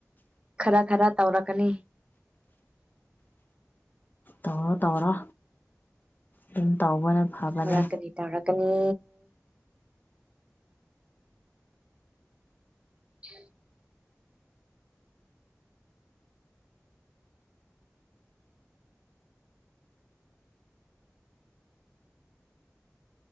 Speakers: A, on the right; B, on the left.
A: ꯈꯔ ꯈꯔ ꯇꯧꯔꯛꯀꯅꯤ
B: ꯇꯧꯔꯣ ꯇꯧꯔꯣ <unintelligible> ꯇꯧꯕꯅ ꯐꯕꯅꯦ
A: ꯇꯧꯔꯛꯀꯅꯤ ꯇꯧꯔꯛꯀꯅꯤ <unintelligible>